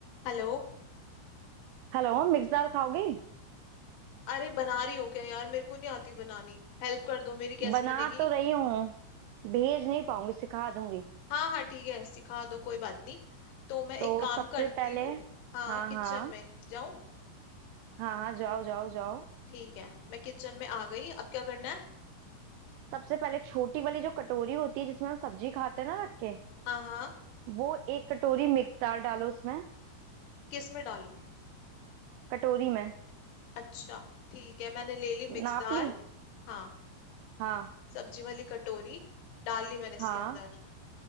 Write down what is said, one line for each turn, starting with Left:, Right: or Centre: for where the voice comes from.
Left: Hello
Right: Hello Mix दाल खाओगी
Left: अरे बना रही हो क्या यार मेरे को नहीं आती बनानी हेल्प कर दो मेरी कैसे
Right: बना
Left: बनेगी
Right: तो रही हूँ भेज नहीं पाऊंगी सिखा दूंगी
Left: हाँ हाँ ठीक है सिखा दो कोई बात नहीं तो मैं एक
Right: तो
Left: काम
Right: सबसे
Left: करती
Right: पहले
Left: हूँ हाँ
Right: हाँ
Left: किचन
Right: हाँ
Left: में जाऊँ
Right: हाँ हाँ जाओ जाओ जाओ
Left: ठीक है मैं किचन में आ गई अब क्या करना है
Right: सबसे पहले छोटी वाली जो कटोरी होती है जिसमें हम सब्जी खाते हैं ना रख के
Left: हाँ हाँ
Right: वो एक कटोरी मिक्स दाल डालो उसमें
Left: किस में डालूं
Right: कटोरी में
Left: अच्छा ठीक है मैंने ले ली मिक्स
Right: नाप
Left: दाल
Right: ली
Left: हाँ
Right: हाँ
Left: सब्जी वाली कटोरी डाल ली मैंने
Right: हाँ
Left: इसके अंदर